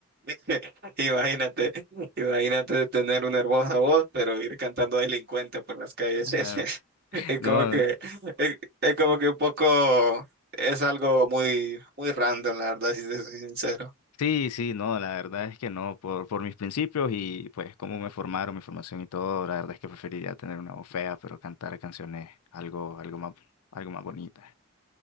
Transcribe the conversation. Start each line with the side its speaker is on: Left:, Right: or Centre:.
Right: <laughs> Imagínate, imagínate tener una hermosa voz, pero ir cantando delincuente por las calles.
Left: <laughs>
Right: <laughs> Es
Left: No,
Right: como que, es, es como que un poco, es algo muy, muy random, la verdad, si te soy sincero.
Left: Sí, sí, no, la verdad es que no, por, por mis principios y pues cómo me formaron, mi formación y todo, la verdad es que preferiría tener una voz fea, pero cantar canciones algo, algo más, algo más bonita.